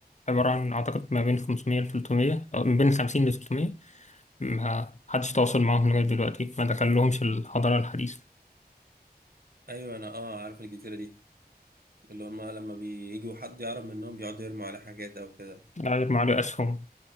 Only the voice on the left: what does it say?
عبارة عن أعتقد ما بين 500 ل 300 أو من بين 50 ل 300 ما حدش تواصل معاهم لغاية دلوقتي ما دخلهمش الحضارة الحديثة
غير مع أسهم